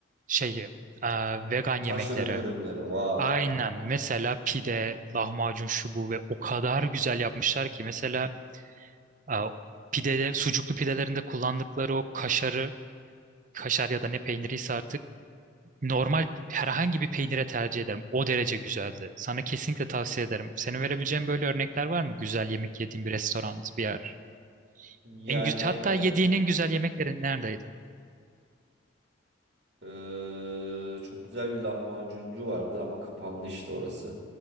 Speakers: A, on the right; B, on the right.
A: şeyi, e, vegan
B: Taş
A: yemekleri.
B: ürün ürünleri. Wow.
A: Aynen. Mesela pide, lahmacun şu bu ve o kadar güzel yapmışlar ki mesela e, pidede, sucuklu pidelerinde kullandıkları o kaşarı, kaşar ya da ne peyniriyse artık normal herhangi bir peynire tercih ederim. O derece güzeldi. Sana kesinlikle tavsiye ederim. Senin verebileceğin böyle örnekler var mı? Güzel yemek yediğin bir restoran, bir yer.
B: Yani
A: En güzel, hatta yediğin en güzel yemekleri neredeydi?
B: e, e, çok güzel bir lahmacuncu vardı ama kapandı işte orası.